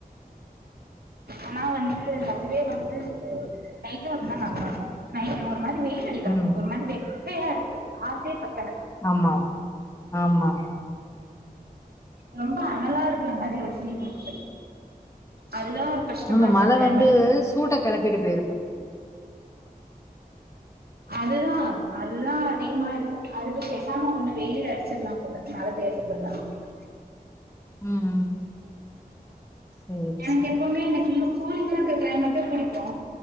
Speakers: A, on the right; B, on the left.
A: ஆனா வந்து அதுவே வந்து நைட்டா இருந்தா நல்லாருக்கு நைட்டூ ஒரு மாரி வெய் டிக்கா
B: ம்
A: ஒரு மாரி வெக்கையா இருக்கு ஆஃபப் டே பத்தல
B: ஆமாம் ஆமாம்
A: ரொம்ப அனலா இருக்கிற மாரி ஒரு பீல் குடுக்குது அதுதா இரு கஷ்டமா
B: ஆமா
A: இருக்குங்க
B: மழ
A: க்ளைமேட்
B: வந்து
A: <inaudible>
B: சூட்ட கெளப்பிட்டு போயிருக்கு
A: அதுதா அதுதா அதிகமா இருக்கு அதுக்கு பெசாம ஒண்ணு வெளியில அடிச்சிரலா போல நல்ல பேர்க்கு <unintelligible>
B: ம் சேரி
A: எனக்கு
B: சேரி
A: எப்போமே எனக்மிகு கூலிங்கரா இருக்க கிளைமேட்டே பிடிக்கு